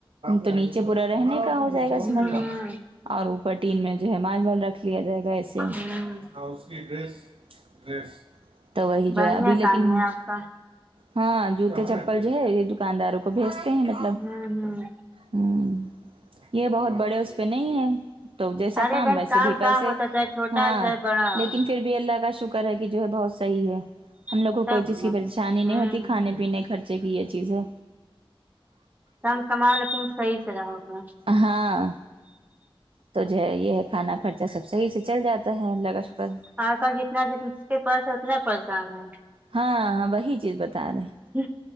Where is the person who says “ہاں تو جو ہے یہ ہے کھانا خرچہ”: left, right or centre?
Right